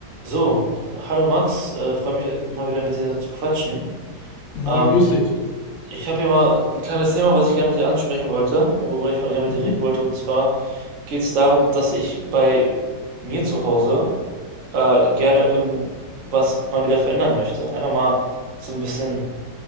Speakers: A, on the right; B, on the left.
A: So, hallo Max, äh, freue mich mal wieder mit dir zu quatschen.
B: Moin,
A: Ähm,
B: grüß dich.
A: ich habe hier mal ein kleines Thema, was ich gerne mit dir ansprechen wollte und worüber ich mal gerne mit
B: Mhm.
A: dir reden wollte. Und zwar geht es darum, dass ich bei mir zu Hause äh, gerne irgendwas mal wieder verändern möchte. Einfach mal so ein bisschen